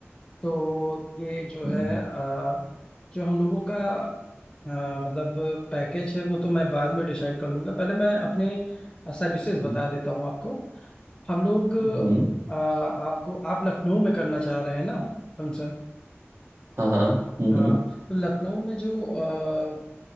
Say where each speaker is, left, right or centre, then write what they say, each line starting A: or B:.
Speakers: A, on the left; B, on the right.
A: तो ये जो
B: हम्म
A: है अ, जो हम लोगों का अ, मतलब पैकेज है वो तो मैं बाद में डिसाइड कर लूंगा पहले मैं अपने सर्विसेज
B: हम्म
A: बता देता हूँ आपको हम लोग
B: हम्म,
A: अ, आपको आप लखनऊ में करना चाह रहे हैं ना फंक्शन
B: हाँ हाँ हम्म
A: हाँ
B: हम्म
A: तो लखनऊ में जो अ,